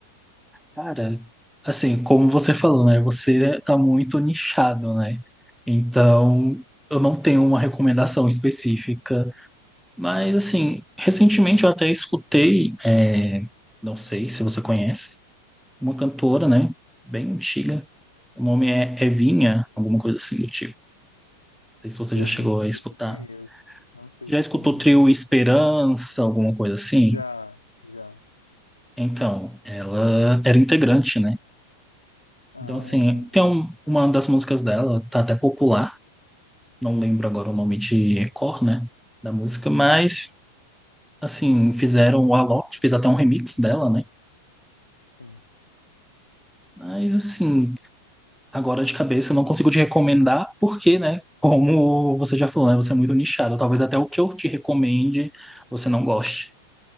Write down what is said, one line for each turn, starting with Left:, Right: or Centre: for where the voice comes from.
Centre: Cara, assim, como você falou, né? Você tá muito nichado, né? Então, eu não tenho uma recomendação específica. Mas, assim, recentemente eu até escutei, é, não sei se você conhece, uma cantora, né? Bem antiga. O nome é Evinha, alguma coisa assim do tipo. Não sei se você
Left: Pô,
Centre: já chegou
Left: não sei
Centre: a escutar.
Left: se eu conheço. Não sei
Centre: Já
Left: se
Centre: escutou
Left: eu conheço.
Centre: o trio Esperança, alguma coisa assim?
Left: Já, já.
Centre: Então, ela era integrante, né?
Left: Ah,
Centre: Então, assim, tem um- uma das músicas dela, tá até popular, não lembro agora o nome de cor, né, da música, mas, assim, fizeram o Alok, fez até um remix dela, né,
Left: sim.
Centre: mas, assim, agora de cabeça eu não consigo te recomendar, porque, né, como você já falou, né, você é muito nichado, talvez até o que eu te recomende você não goste.